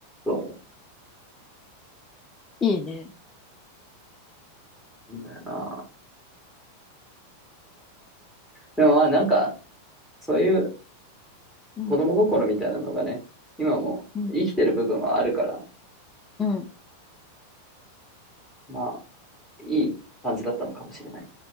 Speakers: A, in the centre; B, on the left.
A: そ
B: い。いいね。
A: うなんだよな。でもまあなんか、そういう
B: うん、
A: 子供心みたいなのがね、今も生きてる部分はあるから、
B: うん、うん。
A: まあ、いい感じだったのかもしれない。